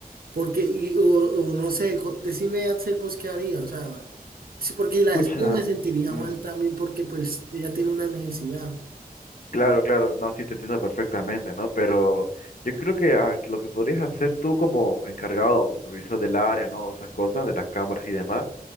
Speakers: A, on the right; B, on the left.
A: porque, y, o, o no sé, co- decime, Axel, vos qué haría, o sea, sí, porque si la
B: Pucha.
A: despido me sentiría
B: mm,
A: mal también porque pues ella tiene una necesidad,
B: claro, claro, no, sí te entiendo perfectamente, ¿no? Pero yo creo que a ver, lo que podrías hacer tú como encargado o supervisor del área, ¿no? Esas cosas, de las cámaras y demás,